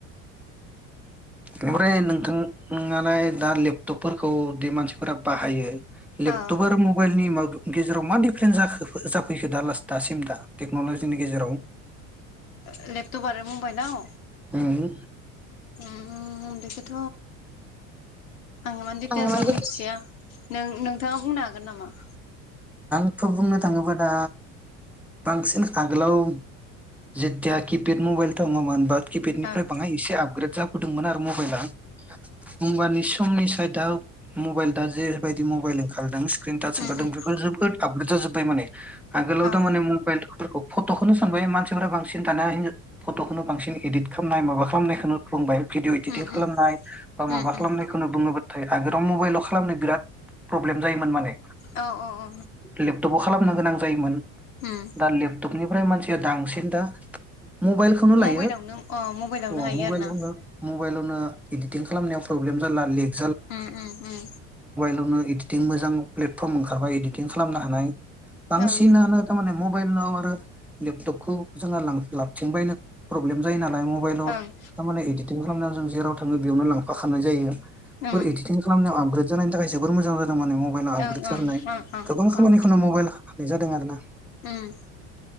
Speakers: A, in the centre; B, on the left.
A: ओमफ्राय नोंथाङालाय दा लेपटपफोरखौ दि मानसिफोरा बाहायो लेपटप
B: औ
A: आरो मबाइलनि माद गेजेराव मा डिफारेनथ जाखो जाफैखो दा लास्ट दासिम दा टेक्नलजिनि गेजेराव
B: ओ लेपटप आरो मबाइलआव
A: उम
B: ओम बेखौथ आं इमान दिटेल्सआव
A: औ
B: मिथिया नों नोंथाङा बुंनो हागोन नामा?
A: खौ बुंनो थाङोबा दा बांसिन आगोलाव जेथिया किपेड मबाइल दङमोन बा किपेडनिफ्राय
B: ओं
A: बाङाय एसे आपग्रेड जाब गुदुंमोन आरो मबाइला होमबानि समनि साय दा मबाइल दा जेैरै बायदि मबाइल ओंखारदों सिक्रिन थास ओंखारदों
B: उम उम
A: बेफोरखौनो जों दा आफग्रेद जाजोब ओमफाय माने आगोलाव
B: औ
A: थ माने मबाइलफोरखौ फटखौनो सानबाय मानसिफोरा बांसिन सिन थानो हायै फटखौनो बांसिन एदिट खालामनाय माबा खालामनायखौनो <unintelligible> भिदिअ इदिटिं
B: उम
A: खालामनाय
B: उम
A: बा माबा
B: उम उम
A: खालामनायखौनो बुङोमोन थाय आगोलाव मबाइलाव खालामनो बिराद प्रब्लेम, जायोमोन माने
B: औ औ औ
A: लेपथबाव खालामनो गोनां जायोमोन
B: उम
A: दा लेपटकनिफ्राय मानसि सोदांसिन दा, मबाइलखौनो
B: मबाइलावनो
A: लायो
B: अ मबाइलावनो
A: अ
B: हायो
A: मबाइलावनो
B: आरो ना?
A: मबाइलावनो एदिटिं खालामनायाव प्रब्लेम जाला लिक
B: उम उम उम
A: नो इदिटिं मोजां प्लेटफर्म ओंखारबाय इदिटिं खालामनो हानाय। बांसिनानो
B: ओं
A: दा माने मुब मबाइलाव आरो लेपटपखौ जोंहा लाबथिं बायनो प्रब्लेम जायो ना, नाय मबाइल'
B: ओं
A: थामाने एडिटिं खालामना जों जेराव थाङो बेयावनो लांफाखानाय जायो।
B: उम
A: बै एडिटिं खालामनायाव आपग्रेड जानायनि थाखायोसो बोर मोजां <unintelligible> जां माने मबाइल आपग्रेड
B: ओं
A: सारनाय
B: ओं ओं ओं
A: गोबां खामानिखौनो
B: ओं
A: मबाइला नों जादों आरो ना।
B: उम